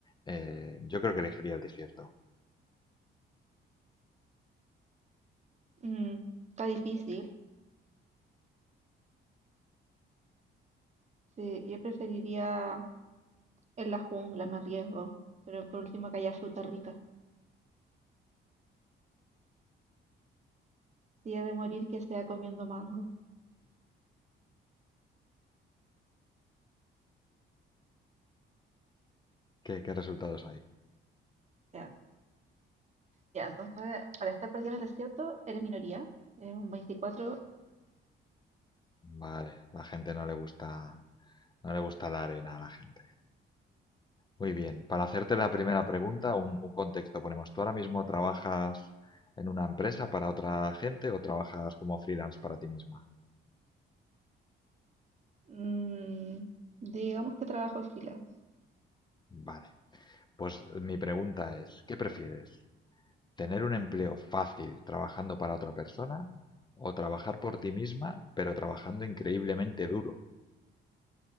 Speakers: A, on the left (about 20°); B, on the right (about 35°).
A: Eh, yo creo que elegiría el desierto.
B: Mm, está difícil. Sí, yo preferiría en la jungla, me arriesgo. Pero por último que haya fruta rica. Si he de morir, que sea comiendo mango.
A: ¿Qué, qué resultados hay?
B: Ya, ya, entonces, para estar perdido en el desierto, eres minoría. Eres un 24
A: Vale, la gente no le gusta. No le gusta la arena a la gente. Muy bien. Para hacerte la primera pregunta, un, un contexto ponemos. ¿Tú ahora mismo trabajas en una empresa para otra gente o trabajas como freelance para ti misma?
B: Mm, digamos que trabajo freelance.
A: Vale. Pues eh, mi pregunta es, ¿qué prefieres? ¿Tener un empleo fácil trabajando para otra persona o trabajar por ti misma, pero trabajando increíblemente duro?